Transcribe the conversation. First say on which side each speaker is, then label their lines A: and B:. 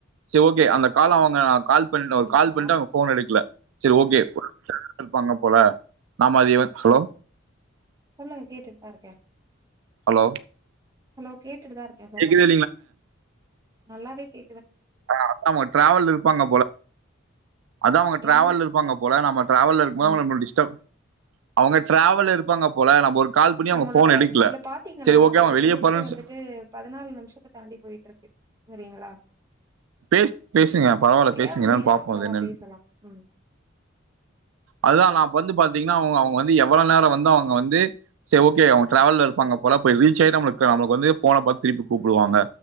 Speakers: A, on the right; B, on the right.
A: சரி ஓகே அந்த கால அவங்க கால் பண்ட ஒரு
B: இருக்கா
A: கால் பண்ணிட்டு அவங்க ஃபோன் எடுக்கல சரி ஓகே ஒரு நிம்ஸோ இருப்பாங்க போல நாமதியவன் ஹலோ
B: சொல்லுங்க கேட்டுட்டுதா இருக்கே
A: ஹலோ
B: ஹலோ கே ட்டுதா இருக்கே சொல்லுங்க
A: கேக்குதே
B: நல்லாவே கே
A: ஆ அதா அவங்க டிராவல்ல இருப்பாங்க போல அதா அவங்க டிராவல்ல
B: என்னங்க
A: இருப்பாங்க போல நம்ம டிராவல இருக்கு போது
B: ம்
A: நம்மல டிஸ்டப் அவங்க டிராவல இருப்பாங்க போல நம்ம கால் பண்ணி அவங்க
B: நம்மளோட
A: ஃபோன் எடுக்கல
B: இதுல பாத்தீங்களா
A: சரி ஓகே
B: நம்மளோட
A: அவங்க வெளியே
B: மினிட்ஸ்
A: போறேன்னு
B: வந்துட்டு
A: சொ-
B: பதினாலு நிமிஷத்த தாண்டி போயிட்டு இருக்கு சரிங்களா
A: பே பேசுங்க பரவால்ல பேசுங்க
B: ஏ
A: என்னு
B: நீ
A: பாப்போ அது
B: நம்ம
A: என்னனு
B: பேசலா ம்
A: அதுதா நா பந்து பாத் பாத்திங்கனா அவங்க அவங்க வந்து எவள பேரோ வந்து அவங்க வந்து செரி ஓகே அவங்க ட்ராவல இருப்பாங்க போல போய் ரீச் ஆகி நம்மளுக் நம்மளுக் வந்து ஃபோன் பாத்து திருப்பி கூப்புடுவாங்க